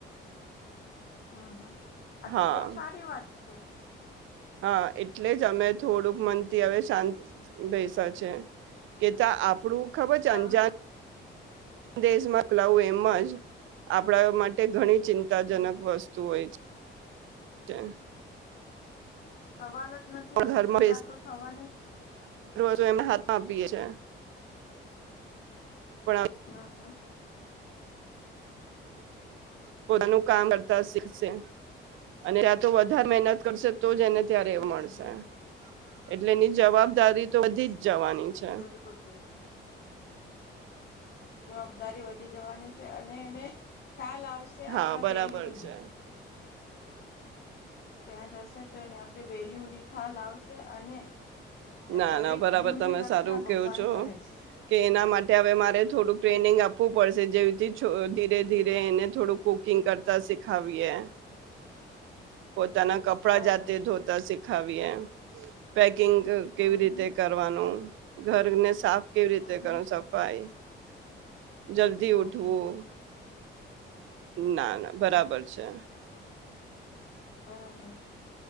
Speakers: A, on the left; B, on the right.
A: હા હા. આ
B: હા
A: તો બહુ સારી વાત. <unintelligible>
B: હા એટલે જ અમે થોડુંક મનથી હવે શાંત બેસા છે કે ત્યા આપણું. ખબર જાનજાન
A: તમે
B: દેશમાંલાવું એમજ આપણા માટે ઘણી ચિંતાજનક
A: હમ
B: વસ્તુ હોય છે. છે એમ.
A: સવાલ જ નથી ને
B: ઘરમાં
A: ચિંતા તો થવાની જ છે.
B: તો એને હાથમાં આપીએ છે. પણ
A: હા હા.
B: પોતાનું કામ કરતા શીખશે અને ત્યા તો વધારે મહેનત કરશે તો જ ને. અત્યારે
A: બિલકુલ
B: એવું મળશે.
A: બિલકુલ
B: એટલે એની જવાબદારી તો બધી જ જવાની છે
A: બિલકુલ બિલકુલ. જવાબદારી વધી જવાની છે અને એને ખ્યાલ આવશે
B: હા
A: આપણા
B: બરાબર
A: વેલ્યુને
B: છે.
A: ત્યાં જશે તો એને આપણે વેલ્યુની ખ્યાલ આવશે અને
B: ના
A: દરેક
B: ના બરાબર
A: જીવની
B: તમે
A: રક્ષા
B: સારું
A: ભગવાન
B: કેવો છો
A: કરે છે.
B: કે એના માટે હવે મારે થોડું ટ્રેનિંગ આપવું પડશે જેવીથી ધીરે ધીરે એને થોડું કુકિંગ કરતા શીખાવએ. પોતાના કપડા
A: બરાબર
B: જતે
A: છે
B: ધોતા સ ખા એ પેક પેકિંગ
A: હમ
B: કેવી રીતે
A: હમ
B: કરવાનું ઘરને સાફ કેવી રીતે
A: હમ હમ
B: કરો સફાઈ. જલ્દી ઉઠવું.
A: ઓકે
B: ના ના બરાબર
A: હમ હમ
B: છે.
A: બરાબર